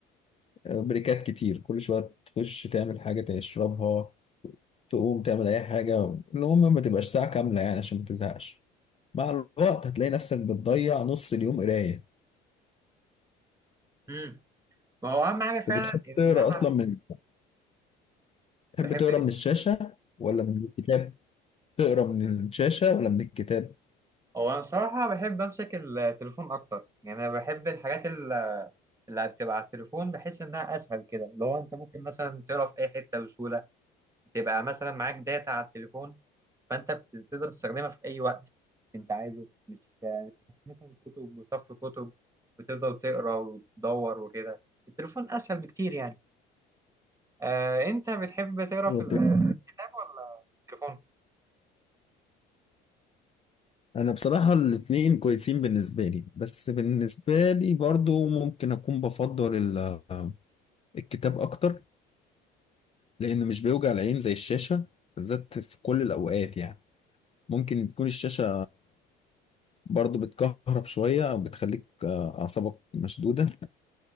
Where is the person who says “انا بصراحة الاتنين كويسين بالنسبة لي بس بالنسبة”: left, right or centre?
Left